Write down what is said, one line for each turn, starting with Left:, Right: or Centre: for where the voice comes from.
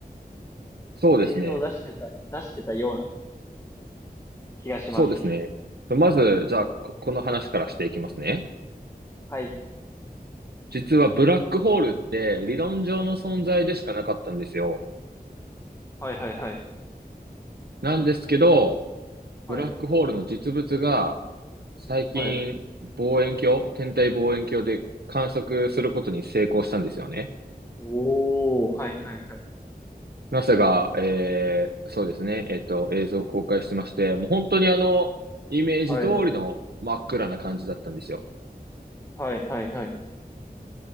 Right: そうですね。
Left: 映像出してた、出してたような気がします。
Right: そうですね。とまず、じゃあ、ここの話からしていきますね。
Left: はい。
Right: 実はブラックホールって理論上の存在でしかなかったんですよ。
Left: はいはいはい。
Right: なんですけど、
Left: はい。
Right: ブラックホールの実物が最近望遠鏡、
Left: はい。
Right: 天体望遠鏡で観測することに成功したんですよね。
Left: おー、はいはいはい。
Right: NASA が、えー、そうですね、えっと、映像を公開してまして、もう本当にあの、イメージ通りの真っ暗な感じだったんですよ。
Left: はい。はいはいはい。